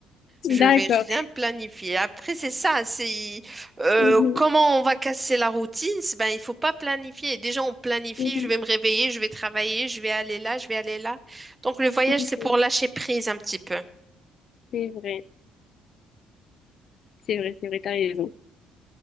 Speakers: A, on the left; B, on the right.
A: <laughs>
B: Je vais rien
A: D'accord.
B: planifier. Après, c'est ça. C'est euh,
A: Mhm,
B: comment on va casser la routine. c'est- Ben, il faut pas planifier. Déjà, on planifie.
A: mhm,
B: Je vais me réveiller. Je vais travailler. Je vais aller là. Je vais aller là. Donc, le voyage,
A: mhm.
B: c'est pour lâcher prise un petit peu.
A: C'est vrai, c'est vrai, c'est vrai, t'as raison.